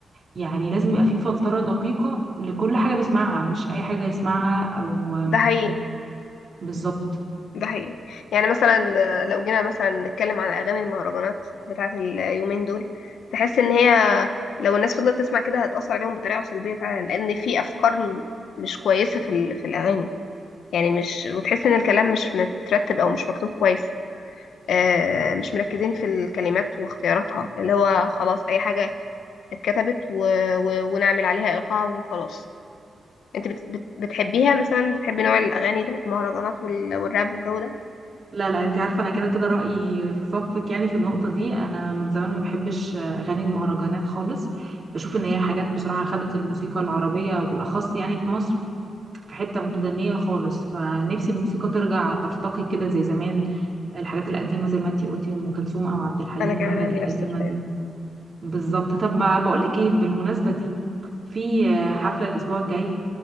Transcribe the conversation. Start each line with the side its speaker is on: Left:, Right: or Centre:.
Right: يعني لازم يبقى فيه فلتره دقيقه لكل حاجه بيسمعها مش اي حاجه يسمعها او
Left: ده حقيقي
Right: بالظبط
Left: ده حقيقي يعني مثلا آه، لو جينا مثلا نتكلم على اغاني المهرجانات بتاعه اليومين دول تحس ان هي لو الناس فضلت تسمع كده هتاثر عليهم بطريقه سلبيه فعلا لان في افكار م- مش كويسه في ال- في الاغاني يعني مش وتحس ان الكلام مش مترتب او مش مكتوب كويس آه، مش مركزين في الكلمات واختياراتها اللي هو خلاص اي حاجة اتكتبت و... و... ونعمل عليها ايقاع وخلاص انت بت... بت... بتحبيها مثلا بتحبي نوع الاغاني ده المهرجانات وال... والراب والجو ده
Right: لا لا انت عارفه انا كده كده رايي في صفك يعني في النقطه دي انا من زمان ما بحبش اغاني المهرجانات خالص بشوف ان هي حاجات بصراحه خدت الموسيقى العربيه وبالاخص يعني في مصر في حته متدنيه خالص فنفسي الموسيقى ترجع ترتقي كده زي زمان الحاجات القديمه زي ما انت قلتي ام كلثوم او عبد الحليم
Left: انا كمان
Right: والحاجات
Left: عندي
Right: القديمه
Left: نفس الرأي
Right: دي بالظبط طب ما بقولك ايه بالمناسبة دي في آه، حفلة الأسبوع الجاي